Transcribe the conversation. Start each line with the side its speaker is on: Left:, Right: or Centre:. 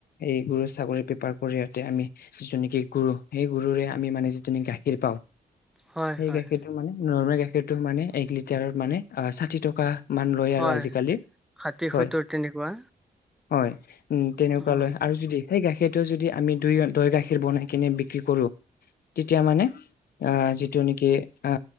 Left: এই গৰু ছাগলী। পাৰ কৰি যাতে আমি যিটো নেকি গৰু সেই গৰুৰে আমি মানে যিটো নেকি গাখীৰ পাওঁ
Centre: হয়,
Left: সেই
Centre: হয়,
Left: গাখীৰটো মানে নৰ্মেল গাখীৰটো মানে এক লিটাৰত মানে অ ষাঠি টকা। মান লয়
Centre: হয়,
Left: আৰু আজিকালি
Centre: ষাঠি সত্তৰ
Left: হয়।
Centre: তেনেকুৱা।
Left: হয় উম তেনেকুৱা
Centre: উম,
Left: লৈ আৰু যদি সেই গাখীৰ। তে যদি আমি দুই দৈ গাখীৰ বনাই কিনে বিক্ৰী কৰো তেতিয়া মানে। অ যিটো নেকি অ